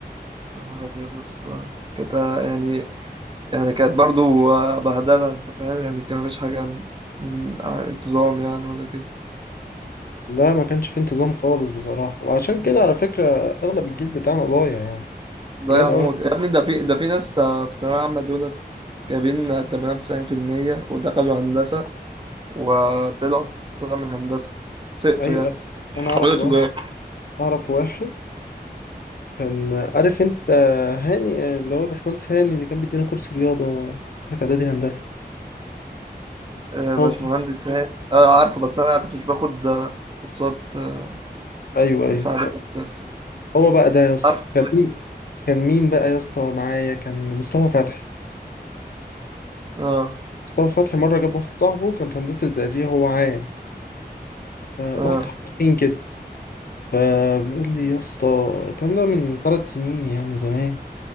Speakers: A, on the right; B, on the left.
A: يا نهار ابيض يا اسطى كانت آه، يعني يعني كانت برضو آه، بهدله انت فاهم يعني كان مفيش حاجه عن- م- عن انتظام يعني ولا كده
B: لا ما كانش في انتظام خالص بصراحه وعشان
A: مم.
B: كده على فكره اغلب الجيل بتاعنا ضايع يعني
A: ضايع
B: قليل الاول
A: موت يا ابني ده في ده في ناس آه، في الثانويه العامه دول جايبين آه، 98% ودخلوا هندسه وطلعوا طلعوا من هندسه سقطوا
B: ايوه
A: يعني حولوا
B: انا اعرف
A: تجاره
B: واحد اعرف واحد كان عارف انت هاني آه، اللي هو باشمهندس هاني اللي كان بيدينا كورس رياضه احنا في اعدادي هندسه
A: آه،
B: هو
A: باشمهندس هاني اه عارفه بس انا كنت مش باخد آه، كورسات آه،
B: ايوه ايوه
A: في اعداد الناس
B: هو بقى ده يا
A: بس
B: اسطى
A: عارفه
B: كان
A: الناس
B: مين كان مين بقى يا اسطى معايا كان مصطفى فتحي
A: اه
B: مصطفى فتحي مره جاب واحد صاحبه كان في هندسه زقازيق هو عام فواحد
A: اه
B: صاحبه تخين كده فبيقول لي يا اسطى الكلام ده من ثلاث سنين يعني من زمان